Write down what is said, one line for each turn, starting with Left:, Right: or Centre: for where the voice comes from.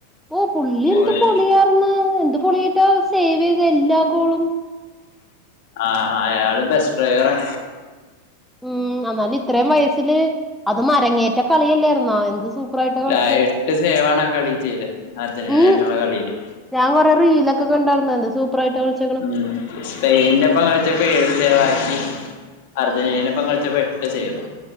Centre: ഓഹ് പുള്ളി എന്ത്
Left: ഓന്
Centre: പൊളിയാർന്ന് എന്ത് പൊളിയായിട്ടാ സേവ് ചെയ്തേ എല്ലാ ഗോളും.
Left: ആഹ് അയാള് ബെസ് ഡ്രൈവറാ.
Centre: ഉം എന്നാലും ഇത്രയും വയസ്സില് അതും അരങ്ങേറ്റ കളിയല്ലായിരുന്നോ? എന്ത് സൂപ്പറായിട്ടാ കളിച്ചെ
Left: ആഹ് എട്ട് സേവാണ് ആ കളി ചെയ്തെ. അർജന്റിനയും
Centre: ഉം
Left: ആയിട്ടുള്ള കളീല്.
Centre: ഞാൻ കുറെ റീലൊക്കെ കണ്ടായിരുന്നു എന്ത് സൂപ്പറായിട്ടാ കളിച്ചെ
Left: ഉം സ്പെയിനിന്റെപ്പം കളിച്ചപ്പം ഏഴ് സേവാക്കി. അർജന്റീനൻ്റെപ്പം കൾച്ചപ്പോ എട്ട് സേവ്.